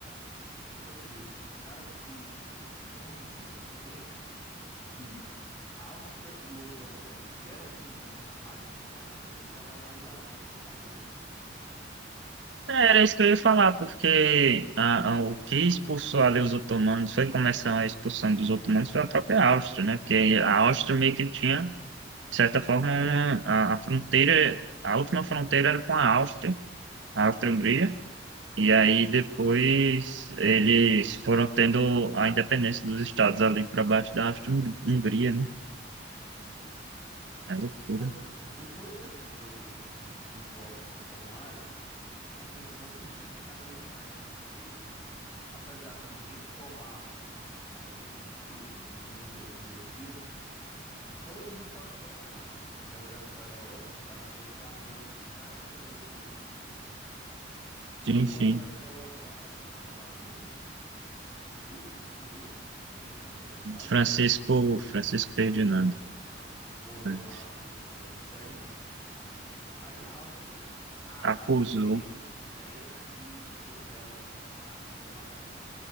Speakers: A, on the left; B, on the right.
A: Então, para você ver, os caras se eles são inimigos há tanto tempo que a Áustria e os otomanos, que eram inimigos há mais tempo ainda, se tornaram aliados contra a Rússia.
B: É, Era isso que eu ia falar, porque a- a- o que expulsou ali os otomanos foi começar a expulsão dos otomanos foi a própria Áustria, né? Porque a Áustria meio que tinha, de certa forma, uma- a, a fronteira, a última fronteira era com a Áustria, a Áustria-Hungria,
A: Sim.
B: E aí
A: E
B: depois
A: tudo.
B: eles foram tendo a independência dos estados ali para baixo da Áustria-Hungria, né?
A: Sim.
B: É loucura.
A: Mas é, depois dessa coisa aí de- de- dos blocos se formarem, a tensão foi subindo cada vez mais, porque apesar de ninguém tomar uma ação definitiva, ninguém deu o primeiro tiro, todo mundo estava se preparando. Os exércitos da Europa estavam todos se armando para que a guerra ocorresse. Aí
B: Sim, sim.
A: houve aquela, o assassinato lá do Duque, Arquiduque, eu não lembro o nome dele, tu sabe
B: Francisco,
A: qual é?
B: Francisco Ferdinando,
A: Ferdinando morreu
B: né?
A: lá por causa do Sérvio. Aí a Áustria, tá,
B: Acusou.
A: é esse, os- é esse aqui o que eu quero como reparação pela morte.